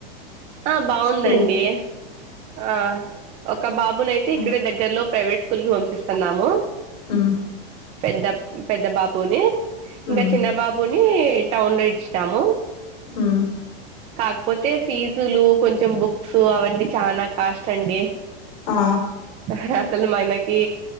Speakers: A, on the right; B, on the left.
A: ఆ బాగుందండి
B: స్కూల్
A: ఆ ఒక బాబునైతే
B: ఆ.
A: ఇక్కడే దగ్గరలో ప్రైవేట్ స్కూల్ కీ పంపిస్తన్నాము
B: హ్మ్
A: పెద్ద పెద్ద బాబుని ఇంగా
B: ఉమ్
A: చిన్న బాబుని టౌన్ లో ఇడిచినాము
B: హ్మ్
A: కాకపోతే ఫీజులు కొంచెం బుక్స్ అవన్నీ చానా కాస్ట్ అండి
B: ఆ
A: హ రా అసలు మనకి